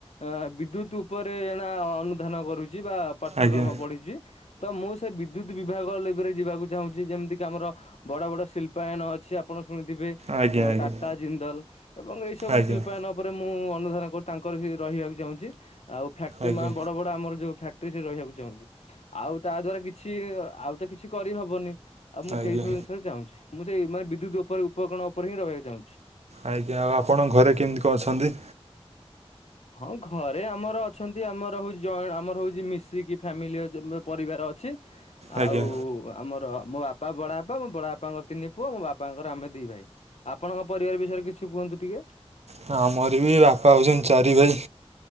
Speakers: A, on the left; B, on the right.
A: ଆ ବିଦ୍ୟୁତ୍ ଉପରେ ଏଇଣା ଅନୁଧ୍ୟାନ କରୁଚି ବା ପାଠ୍ୟକ୍ରମ
B: ଆଜ୍ଞା
A: ପଢିଚି। ତ ମୁଁ ସେ ବିଦ୍ୟୁତ୍ ବିଭାଗ ଲେବେରେ ଯିବାକୁ ଚାହୁଁଚି ଯେମିତିକି ଆମର ବଡ ବଡ ଶିଳ୍ପାୟନ ଅଛି ଆପଣ ଶୁଣିଥିବେ।
B: ଆଜ୍ଞା ଆଜ୍ଞା
A: ଟାଟା ଜିନ୍ଦଲ ଏବଂ ଏଇ ସବୁ
B: ଆଜ୍ଞା
A: ଶିଳ୍ପାୟନ ଉପରେ ମୁଁ ଅନୁଧ୍ୟାନ କର୍ ତାଙ୍କର ସେଇଠି ରହିଆକୁ ଚାହୁଁଚି ଆଉ ଫ୍ୟାକ୍ଟ୍ରି
B: ଆଜ୍ଞା
A: ମା ବଡ ବ ଡ ଆମର ଯୋଉ ଫ୍ୟାକ୍ଟ୍ରି ସେଇଠି ରିହିବାକୁ ଚାହୁଁଚି। ଆଉ ତା ଦ୍ଵାରା କିଛି ଆଉ ତ କିଛି କରିହବନି। ଆଉ ମୁଁ
B: ଆଜ୍ଞା
A: ସେଇ ସବୁ ଜିନିଷରେ ଚାହୁଛିଁ ମୁଁ ସେଇ ମାନେ ବିଦ୍ୟୁତ୍ ଉପରେ ଉପକରଣ ଉପରେ ହିଁ ରହିବାକୁ ଚାହୁଁଛି।
B: ଆଜ୍ଞା ଆଉ ଆପଣ ଘରେ କେମତି କଁ ଅଛନ୍ତି?
A: ହଁ ଘରେ ଆମର ଅଛନ୍ତି ଆମର ହଉଚି ଯଏ ଆମର ହଉଚି ମିଶିକି ଫ୍ୟାମିଲି ଅଛ ମାନେ ପରିବାର ଅଛି।
B: ଆଜ୍ଞା
A: ଆଉ ଆ ଆମର ମୋ ବାପା ବଡ ବାପା ମୋ ବଡ ବାପାଙ୍କର ତିନି ପୁଅ ମୋ ବାପାଙ୍କର ତ ଆମେ ଦି ଭାଇ ଆପଣଙ୍କ ପରିବାର ବିଷୟରେ କିଛି କୁହନ୍ତୁ ଟିକେ।
B: ହଁ ଆମର ବି ବାପା ହଉଛନ୍ତି ଚାରି ଭାଇ